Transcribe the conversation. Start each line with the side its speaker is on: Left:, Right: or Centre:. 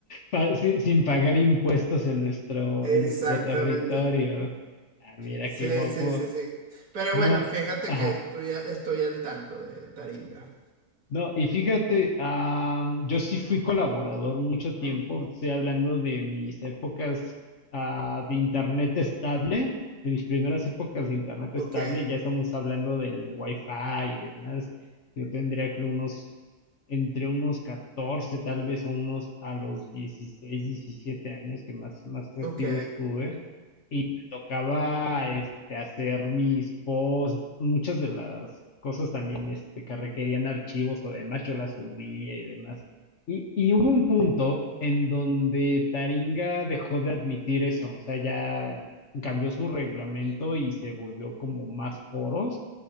Left: Pa- sin, sin pagar impuestos en nuestro,
Right: Exactamente.
Left: en nuestro territorio. Ah, mira
Right: Sí,
Left: qué guapo.
Right: sí, sí, sí. Pero
Left: No.
Right: bueno, fíjate
Left: Ajá.
Right: que estoy, a- estoy al tanto de Taringa.
Left: No, y fíjate, am, yo sí fui colaborador mucho tiempo, estoy hablando de mis épocas ah, de internet estable, de mis primeras épocas de internet
Right: Ok,
Left: estable, ya estamos hablando del wifi y demás. Yo tendría que unos, entre unos 14, tal vez a unos, a los 16, 17 años que más, más activo
Right: ok,
Left: estuve. Y me tocaba este, hacer mis posts, muchas de las cosas también este, que requerían archivos o demás, yo las subía y demás. Y, y hubo un punto en donde Taringa dejó de admitir eso, o sea, ya cambió su reglamento y se volvió como más foros.